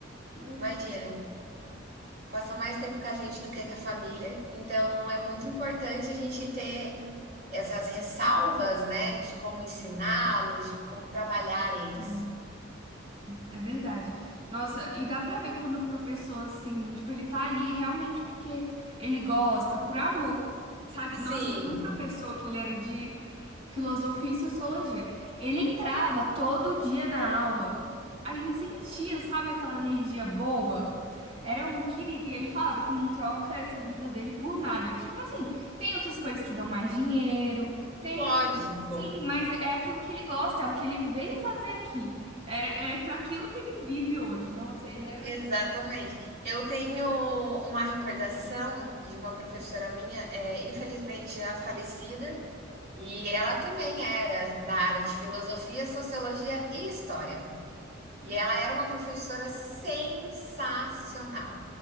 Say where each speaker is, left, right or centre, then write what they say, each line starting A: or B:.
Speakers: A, on the right; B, on the right.
A: Meu
B: Imagina,
A: Deus.
B: passa mais tempo com a gente do que com a família. Então, é muito importante a gente ter essas ressalvas, né, de como ensiná-los, de como trabalhar eles.
A: né? É, é verdade. Nossa, e dá pra ver quando o professor, assim, tipo, ele tá ali realmente porque ele gosta, por amor, sabe?
B: Sim,
A: Nossa, tinha um professor que ele era de filosofia e sociologia. Ele entrava todo dia na aula. A gente sentia, sabe, aquela energia boa. Era um querido, e ele falava que não troca essa vida dele por nada. Que, tipo assim, tem outras coisas que dão mais dinheiro, tem.
B: Lógico,
A: Sim, mas é é aquilo que ele gosta, é o que ele veio fazer aqui. É, é para aquilo que ele vive hoje. Nossa, ele era.
B: exatamente. Eu tenho uma recordação de uma professora minha, é, infelizmente já falecida, e ela também era da área de filosofia, sociologia e história. E ela era uma professora sensacional.